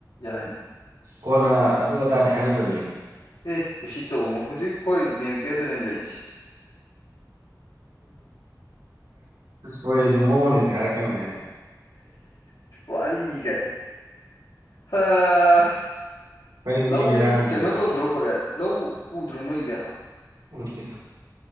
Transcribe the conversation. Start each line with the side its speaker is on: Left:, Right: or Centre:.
Left: ꯌꯥꯏꯅꯦ
Right: ꯀꯣꯟꯅ ꯑꯗꯨ ꯑꯗꯥꯗꯤ ꯍꯥꯏꯅꯗꯕꯤ
Left: ꯑꯦ ꯀꯨꯁꯤ ꯇꯧꯕꯣ ꯍꯧꯖꯤꯛ ꯑꯩꯈꯣꯏ ꯗꯤ ꯑꯦꯝ ꯀꯤꯌꯔꯗꯅꯦ ꯂꯩꯔꯤꯁꯦ
Right: ꯄꯣꯢꯔꯩꯁꯦ ꯃꯋꯣꯡ ꯑꯃꯅꯦꯗꯤ ꯍꯥꯢꯔꯛꯀꯅꯨꯍꯦ
Left: ꯋꯥꯔꯤꯒ ꯍꯥꯥ
Right: ꯑꯩꯈꯣꯏ
Left: ꯂꯧ
Right: ꯃꯤ ꯕꯦꯔꯥꯅꯤꯍꯦ
Left: ꯀꯩꯅꯣ
Right: ꯅꯥꯕ
Left: ꯇꯧꯗ꯭ꯔꯕꯣꯔꯦ ꯂꯧ ꯎꯗ꯭ꯔꯣ ꯅꯣꯏ ꯏꯗꯤ
Right: ꯑꯣꯀꯦ